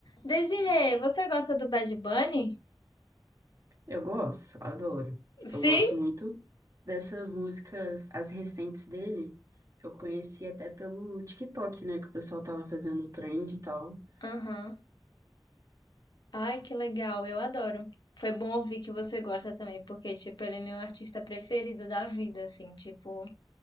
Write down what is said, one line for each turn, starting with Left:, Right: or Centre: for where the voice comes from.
Left: Desirê, você gosta do Bad Bunny?
Right: Eu gosto, adoro.
Left: Sim?
Right: Eu gosto muito dessas músicas, as recentes dele. Eu conheci até pelo TikTok, né? Que o pessoal tava fazendo trend e tal.
Left: Aham. Ai, que legal, eu adoro. Foi bom ouvir que você gosta também, porque, tipo, ele é meu artista preferido da vida, assim, tipo,